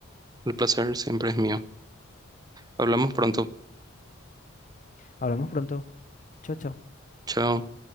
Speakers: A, on the right; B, on the left.
A: El placer siempre es mío. Hablamos pronto.
B: Hablamos pronto. Chao, chao.
A: Chao.